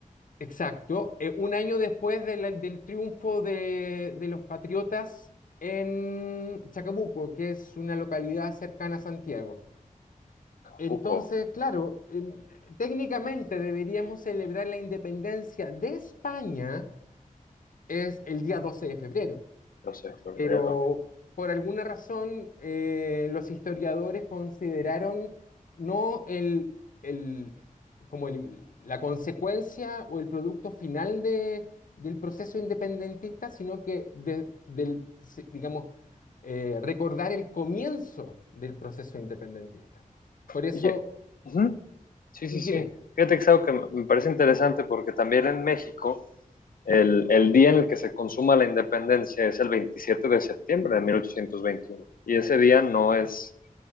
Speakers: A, on the left; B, on the left.
A: exacto, eh, un año después de la- del triunfo de, de los patriotas en Chacabuco, que es una localidad cercana a Santiago. Entonces,
B: Cuco.
A: claro, en- técnicamente deberíamos celebrar la independencia de España es el día 12 de febrero,
B: 12 de febrero.
A: pero por alguna razón eh, los historiadores consideraron no el, el- como el- la consecuencia o el producto final de- del proceso independentista, sino que de- del, se- digamos, eh, recordar el comienzo del proceso independentista. Por eso,
B: Oye, ujú, Sí, sí,
A: dime.
B: sí. Fíjate que es algo que me me parece interesante porque también en México el, el día en el que se consuma la independencia es el 27 de septiembre de 1821 y ese día no es,